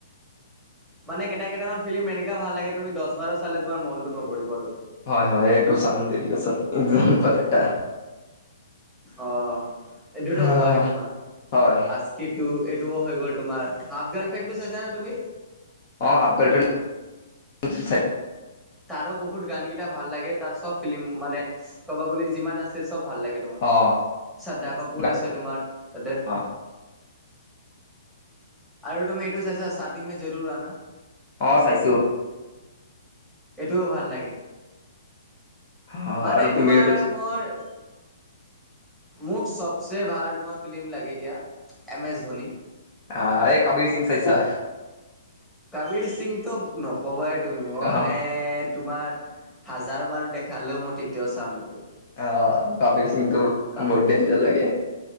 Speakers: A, in the centre; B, on the left.
A: মানে কেইটা কেইটামান ফিল্ম এনেকা ভাল লাগে তুমি দছ বাৰ চালে তোমাৰ মনটো নভৰিব আৰু।
B: হয়, হয় এইটো চানাম তেৰি কছম এক্সাম্পল এটা।
A: অঁ, এইটোতো
B: আহ,
A: হয় তোমাৰ।
B: হয়
A: আজ- কিটো এইটোও হৈ গ'ল তোমাৰ। হাফ গাৰ্ল ফ্ৰেণ্ডটো চাইছা না তুমি?
B: অঁ, হাফ গাৰ্লফ্ৰেণ্ড <unintelligible>
A: তাৰো বহুত গানকেইটা ভাল লাগে, তাৰ চব ফিল্ম মানে ক'ব গ'লে যিমান আছে চব ভাল লাগে। শ্ৰাদ্ধা
B: অ
A: কাপোৰ
B: গা-
A: আছে তোমাৰ তাতে।
B: অ
A: আৰু তুমি এইটো চাইছা শাদী মে জৰুৰ আনা?
B: অঁ, চাইছোঁ।
A: এইটোও ভাল লাগে।
B: অ
A: মানে
B: আৰু তুমি
A: তোমাৰ
B: এইটো
A: মই- মোক চবচে ভাল তোমাৰ ফিল্ম লাগে এতিয়া এম এছ ধনী।
B: আ এই কবীৰ সিং চাইছা?
A: কাবিৰ সিং তো নকবাই তুমি। মই
B: অ
A: মানে- তোমাৰ হাজাৰ বাৰ দেখালেও মই তেতিয়াও চাম এইটো।
B: আ কাবিৰ সিংটো-
A: কাবিৰ
B: বহুত ডেঞ্জাৰ
A: -
B: লাগে